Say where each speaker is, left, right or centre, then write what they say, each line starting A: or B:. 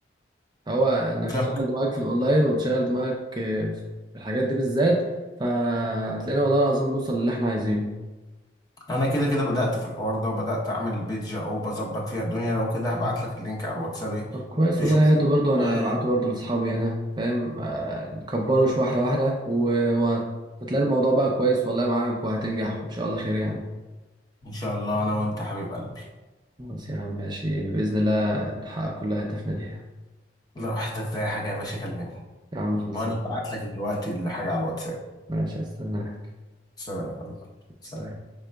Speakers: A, on the right; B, on the left.
A: هو انك
B: ده
A: تشغل دماغك في الاونلاين وتشغل دماغك آه، في الحاجات دي بالذات فهتلاقينا والله العظيم نوصل للي احنا عايزينه
B: انا كده كده بدأت في الحوار ده وبدأت اعمل البيج اهو بظبط فيها الدنيا لو كده هبعت لك اللينك على الواتساب إيه،
A: طب كويس
B: تشوفه
A: والله هاته برضو انا
B: آه،
A: بعته برضو لاصحابي هنا فاهم آه، نكبره شويه واحده واحده و- وهتلاقي الموضوع بقى كويس والله معاك وهتنجح ان شاء الله خير يعني
B: ان شاء الله انا وانت حبيب قلبي
A: خلاص يا عم ماشي بإذن الله نحقق كل أهدافنا دي يا
B: لو احتجت اي حاجة يا باشا كلمني
A: عم خلصان
B: وانا
A: والله.
B: بعت لك دلوقتي الحاجة على الواتساب
A: ماشي هستناك
B: سلام يا حبيب قلبي. سلام
A: سلام